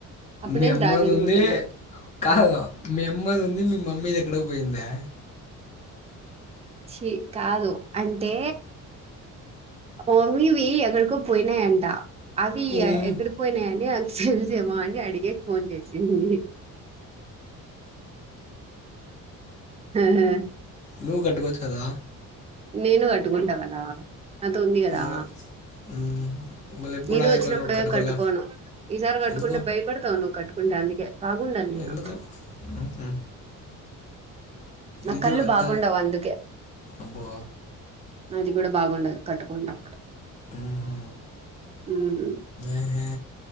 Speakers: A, on the right; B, on the left.
A: అప్పుడు
B: మీ
A: నేను
B: అమ్మాది
A: రాజంగుంటలో
B: ఉంది కా మీ అమ్మాది ఉంది మీ మమ్మీది ఎక్కడ పోయిందా
A: చీ కాదు అంటే ఓమివి ఎక్కడికో పోయినా ఏంట అవి
B: ఉమ్,
A: ఎగిడిపోయినాయని అ ఫల్జ మ అడిగేకి ఫోన్ చేసింది ఆహ
B: నువ్వు కట్టుకోవచ్చు కదా
A: నేను కట్టుకుంటా కదా నాతోంది కదా
B: ఉమ్, ఉమ్, మళ్ళీ ఎప్పుడు
A: నీతో
B: నా దగ్గరకు
A: వచ్చినప్పుడే
B: వచ్చినప్పుడు కట్టుకోవాలా
A: కట్టుకోను ఈసారి కట్టుకుంటే
B: ఎందుకు
A: భయపడతావు నువ్వు కట్టుకో కుంటే అందికే బాగుండలి నీను
B: ఎందుకు ఉహు,
A: నా
B: ఇది
A: కళ్ళు
B: వద్దా
A: బాగుండవు అందుకే
B: అబ్బో
A: అది కూడా బాగుండదు కట్టుకుంనప్పుడు
B: ఉహు,
A: ఉమ్
B: ఏహే,